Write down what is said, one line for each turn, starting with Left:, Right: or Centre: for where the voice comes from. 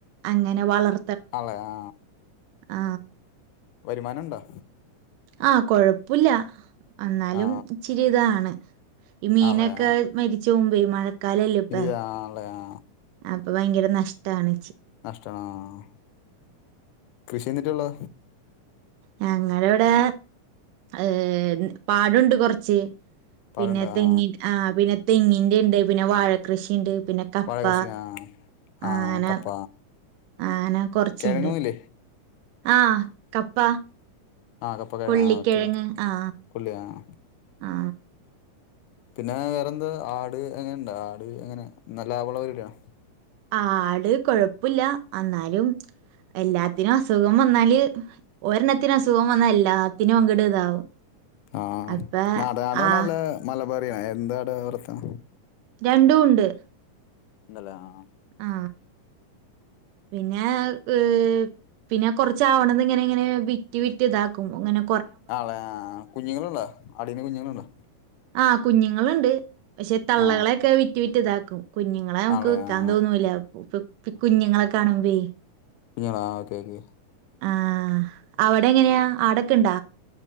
Right: അങ്ങനെ വളർ
Left: അല്ലെ ആ
Right: ആ
Left: വരുമാനുണ്ടോ
Right: ആ കൊഴപ്പില്ല എന്നാലും
Left: ആ
Right: ഇച്ചിരി ഇതാണ് ഈ മീനൊക്കെ
Left: ആണല്ലേ
Right: മരിച്ച് പോവുമ്പ മഴക്കാലല്ലേ ഇപ്പ
Left: ഇല്ല ആണല്ലേ ആ
Right: അപ്പൊ ഭയങ്കര നഷ്ട്ടാണ്
Left: നഷ്ടമാണ് ആ കൃഷി എന്നിട്ടള്ള
Right: ഞങ്ങള് ഇവിടെ ഏ പാടുണ്ട് കുറച്ച്
Left: പാടുണ്ടോ
Right: പിന്നെ തെങ്ങി
Left: ആ
Right: ആ പിന്നെ തെങ്ങിന്റെ ഉണ്ട് പിന്നെ വാഴകൃഷിണ്ട് പിന്നെ കപ്പ
Left: വാഴ കൃഷി ആ ആ
Right: ആങ്ങനെ
Left: കപ്പ
Right: ആങ്ങനെ കൊറച്ചുണ്ട്
Left: കിഴങ്ങൊന്നുമില്ലേ
Right: ആഹ കപ്പ
Left: ആ കപ്പക്കിഴ
Right: കൊള്ളിക്കിഴങ്ങ്
Left: ആ ഓക്കെ ഓക്കെ
Right: ആ
Left: കൊല്ലിയാണോ
Right: ആ
Left: പിന്നെ വേറെന്താ ആട് അങ്ങനെണ്ട ആട് അങ്ങനെ നല്ല ലാഭമുള്ളതിട്ടിയാണോ
Right: ആട് കൊഴപ്പില്ല എന്നാലും എല്ലാത്തിനും അസുഖം വന്നാല് ഒരെണ്ണത്തിന് അസുഖം വന്നാല് എല്ലാത്തിനും അങ്ങട് ഇതാവും
Left: ആഹ്
Right: അപ്പ
Left: നാടനട
Right: ആ
Left: നല്ല മലബാറിയ എന്താടവിടേ <unintelligible>
Right: രണ്ടും ഉണ്ട്
Left: എന്തല്ലേ ആഹ്
Right: ആ
Left: <inaudible>
Right: പിന്നെ ഏഹ് പിന്നെ കൊറചാവണത് ഇങ്ങനെ ഇങ്ങനെ വിറ്റ് വിറ്റ് ഇതാക്കും അങ്ങനെ
Left: ആല്ലെ കുഞ്ഞുങ്ങളുണ്ടോ ആടിന് കുഞ്ഞുങ്ങളുണ്ടോ
Right: ആഹ് കുഞ്ഞുങ്ങളുണ്ട് പക്ഷെ തള്ളകളെക്കെ
Left: ആ
Right: വിറ്റ് വിറ്റ് ഇതാക്കും കുഞ്ഞുങ്ങളെ നമുക്ക്
Left: ആളെ
Right: വിക്കാൻ
Left: ആ
Right: തോന്നൂല ഇപ്പ കുഞ്ഞുങ്ങളെ കാണുമ്പേ
Left: ഞാണോ ഓക്കേ ഒക്കെ
Right: ആ അവിടെ എങ്ങനെയാ ആടൊക്കെ ഇണ്ട